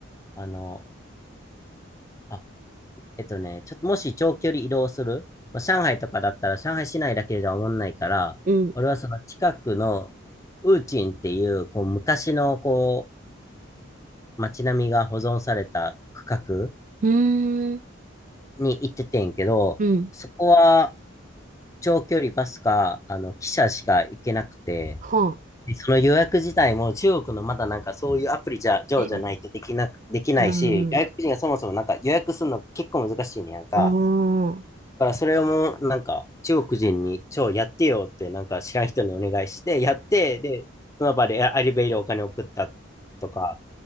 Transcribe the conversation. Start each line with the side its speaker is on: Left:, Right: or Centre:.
Left: あの、あ、えっとね、ちょっともし長距離移動する、まあ、上海とかだったら上海市内だけじゃおもんないから、
Right: うん。う
Left: 俺はその近くのウーチンっていう、こう昔のこう街並みが保存された区画
Right: ーん。
Left: に行っててんけど、
Right: うん。
Left: そこは、長距離バスか、あの、汽車しか行けなくて、
Right: はあ。
Left: でその予約自体も中国のまだなんかそういうアプリじゃ、上じゃないとできなく、
Right: ええ
Left: できないし、
Right: うんうん。
Left: 外国人がそもそもなんか予約するの結構難しいねやんか。
Right: ああ。
Left: だからそれをもうなんか中国人に超やってよってなんか知らん人にお願いして、やって、で、その場でアリベイでお金送ったとか